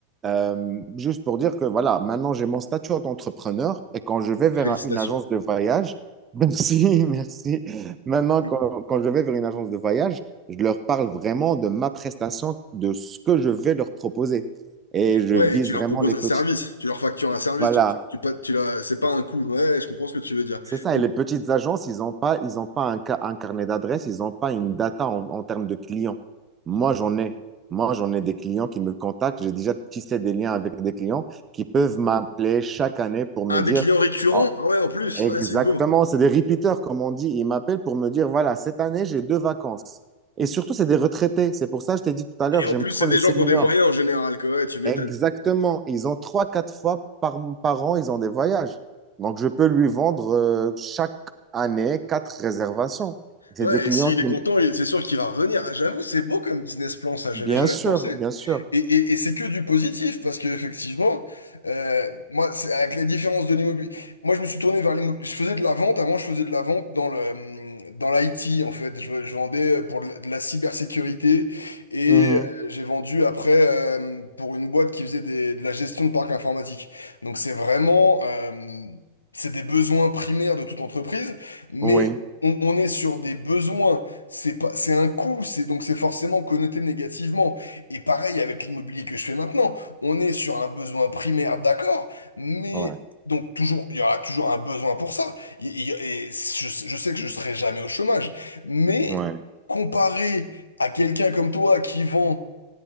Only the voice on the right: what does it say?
euh, juste pour dire que voilà, maintenant j'ai mon statut d'entrepreneur et quand je vais vers
un- une agence de voyage, <laughs> merci, merci. Maintenant, quand,
quand je vais vers une agence de voyage, je leur parle vraiment de ma prestation, de ce que je vais leur proposer. Et je
vise
vraiment
les
petits.
Voilà,
C'est ça,
et les petites agences, ils n'ont pas, ils ont pas un, ca- un carnet d'adresses, ils n'ont pas une data en, en termes de clients. Moi, j'en ai. Moi, j'en ai des clients qui me contactent. J'ai déjà tissé des liens avec des clients qui peuvent m'appeler chaque année pour me
dire
Oh,
exactement,
c'est des repeaters, comme on dit. Ils m'appellent pour me dire, voilà, cette année, j'ai deux vacances. Et surtout, c'est des retraités. C'est pour ça que je t'ai dit tout à l'heure,
j'aime
trop
les
seniors.
Exactement. Ils ont trois, quatre fois par, par an, ils ont des voyages. Donc, je peux lui vendre euh, chaque année quatre réservations. C'est
des clients
qui...
Bien
sûr,
bien sûr.
Mhm.
Oui,
ouais,
ouais.